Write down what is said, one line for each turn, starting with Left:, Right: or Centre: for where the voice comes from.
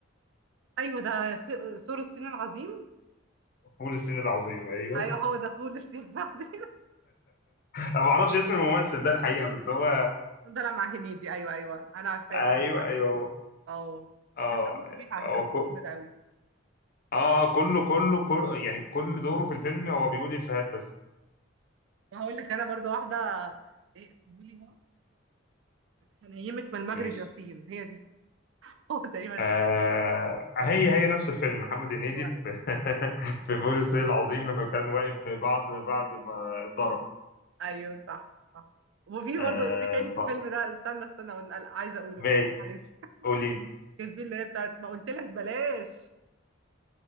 Right: أيوه ده س... سور الصين العظيم
Left: فول الصين العظيم أيوه
Right: أيوه هو ده فول الصين العظيم
Left: أنا ما أعرفش اسم الممثل ده الحقيقة بس هو
Right: <laughs> كان طالع مع هنيدي أيوه أيوه أنا عارفاه
Left: أيوه
Right: برضه مش عارفة
Left: أيوه
Right: اسمه
Left: هو-
Right: أه
Left: أه
Right: كان دمه خفيف على
Left: هو
Right: فكرة في
Left: كو...
Right: الفيلم ده أوي
Left: أه كله كله كل يعني كل دوره في الفيلم هو بيقول إفيهات بس
Right: وهقول لك أنا برضه واحدة إيه قولي هو هنيمك من المغرب
Left: ماشي
Right: يا صين هي دي <laughs> هو تقريبا
Left: آه هي هي نفس الفيلم محمد هنيدي
Right: أيوه
Left: في
Right: أيوة.
Left: <laughs> في فول الصين العظيم لما كان واقف بعد بعد ما اتضرب
Right: ايوه صح صح وفي برضه
Left: آه
Right: في تاني في الفيلم
Left: طب
Right: ده استنى استنى وانا قلق- عايزه اقوله
Left: ماشي
Right: معلش
Left: قولي لي.
Right: كان في اللي هي بتاعت ما قلت لك بلاش